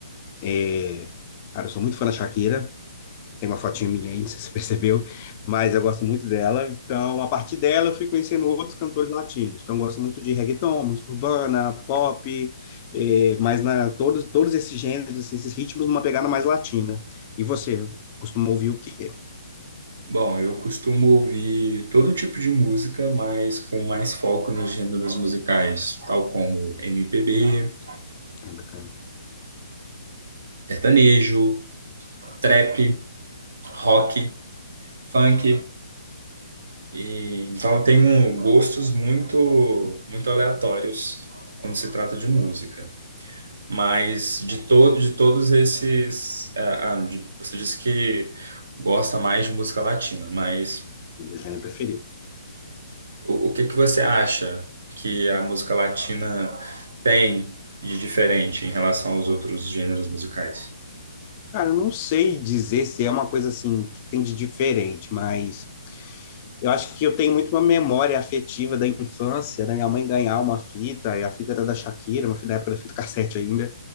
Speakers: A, on the left (about 25°); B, on the right (about 65°).
A: É, Cara, eu sou muito fã da Shakira. Tem uma fotinha minha aí, <laughs> não sei se você percebeu, mas eu gosto muito dela. Então, a partir dela, eu fui conhecendo outros cantores latinos. Então, eu gosto muito de reggaeton, música urbana, pop, é, mas na, todos, todos esses gêneros, assim, esses ritmos, numa pegada mais latina. E você, costuma ouvir o quê?
B: Bom, eu costumo ouvir todo tipo de música, mas com mais foco nos gêneros musicais, tal como MPB,
A: Ah, bacana.
B: sertanejo, trap, rock, funk. E, então eu tenho gostos muito, muito aleatórios quando se trata de música. Mas de todo, de todos esses, ah, ah, de- você disse que gosta mais de música latina, mas
A: Gênero preferido.
B: o, o que que você acha que a música latina tem de diferente em relação aos outros gêneros musicais?
A: Cara, eu não sei dizer se é uma coisa assim que tem de diferente, mas eu acho que eu tenho muito uma memória afetiva da infância, da minha mãe ganhar uma fita, e a fita era da Shakira, uma fita da época da fita cassete ainda,